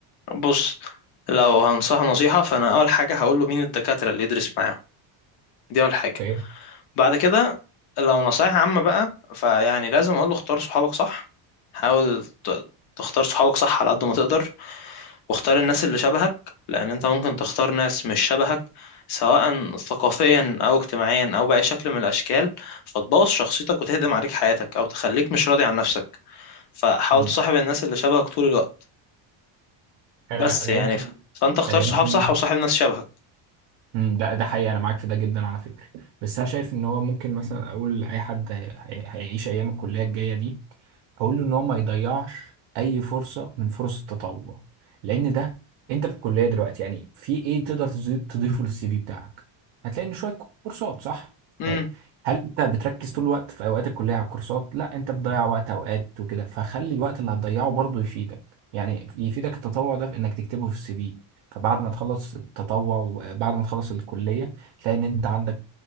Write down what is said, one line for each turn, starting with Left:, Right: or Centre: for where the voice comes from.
Left: بص لو هنصح نصيحة فأنا أول حاجة هقوله مين الدكاترة اللي يدرس معاهم دي أول حاجة
Right: أوكي
Left: بعد كده لو نصايح عامة بقى فيعني لازم أقوله اختار صحابك صح حاول ت- تختار صحابك صح على قد ما تقدر واختار الناس اللي شبهك لأن أنت ممكن تختار ناس مش شبهك سواء ثقافيا أو اجتماعيا أو بأي شكل من الأشكال فتبوظ شخصيتك وتهدم عليك حياتك أو تخليك مش راضي عن نفسك فحاول
Right: مم.
Left: تصاحب الناس اللي شبهك طول الوقت
Right: أنا
Left: بس
Right: أنا
Left: يعني
Right: يمكن
Left: ف... فأنت اختار
Right: أنا
Left: صحاب
Right: يمكن
Left: صح وصاحب ناس شبهك
Right: امم ده ده حقيقي انا معاك في ده جدا على فكره بس انا شايف ان هو ممكن مثلا اقول لاي حد هي- هي- هيعيش ايام الكليه الجايه دي اقول له ان هو ما يضيعش اي فرصه من فرص التطوع لان ده انت في الكليه دلوقتي يعني في ايه تقدر تزي- تضيفه للسي في بتاعك هتلاقي ان شويه كورسات صح
Left: امم
Right: طيب هل انت بتركز طول الوقت في اوقات الكليه على الكورسات لا انت بتضيع وقت اوقات وكده فخلي الوقت اللي هتضيعه برضه يفيدك يعني يفيدك التطوع ده في انك تكتبه في السي في فبعد ما تخلص التطوع وبعد ما تخلص الكلية تلاقي إن أنت عندك